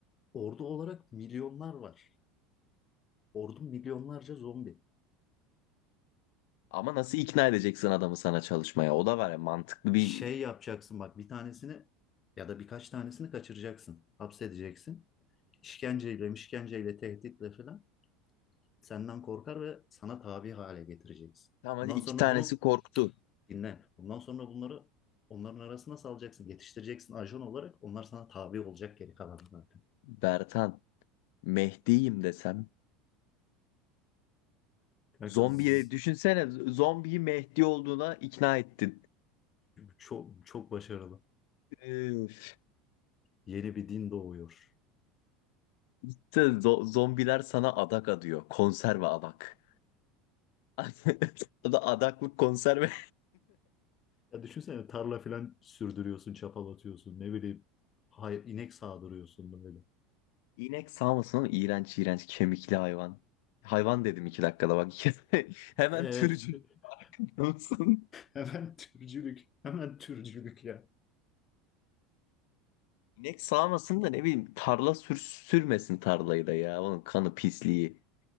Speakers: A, on the left (about 30°); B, on the left (about 70°).
A: ordu olarak milyonlar var. Ordu milyonlarca zombi.
B: Ama nasıl ikna edeceksin adamı sana çalışmaya? O da var ya mantıklı bir...
A: Şey yapacaksın bak bir tanesini ya da birkaç tanesini kaçıracaksın. Hapsedeceksin. işkenceyle, işkenceyle, tehditle falan senden korkar ve sana tabi hale getireceksin.
B: Tamam hadi
A: Bundan
B: iki
A: sonra
B: tanesi
A: bunu
B: korktu.
A: dinle. Bundan sonra bunları onların arasına salacaksın, yetiştireceksin ajan olarak. Onlar sana tabi olacak geri kalan zaten.
B: Bertan, Mehdi'yim desem
A: Kanka
B: Zombiye
A: zzz,
B: düşünsene z- zombiyi Mehdi olduğuna ikna ettin.
A: çok çok başarılı.
B: Üf.
A: Yeni bir din doğuyor.
B: İşte zo- zombiler sana adak adıyor. Konserve adak. <laughs> O da Adaklık konserve.
A: Ya düşünsene tarla falan sürdürüyorsun, çapal atıyorsun, ne bileyim hayır, inek sağdırıyorsun böyle.
B: İnek sağmasın oğlum. İğrenç iğrenç kemikli hayvan. Hayvan dedim iki dakikada bak. <laughs> Hemen
A: E- Evet.
B: türcül.
A: <laughs>
B: Olsun.
A: Hemen türcülük. Hemen türcülük ya.
B: İnek sağmasın da ne bileyim tarla sür sürmesin tarlayı da ya. Onun kanı pisliği.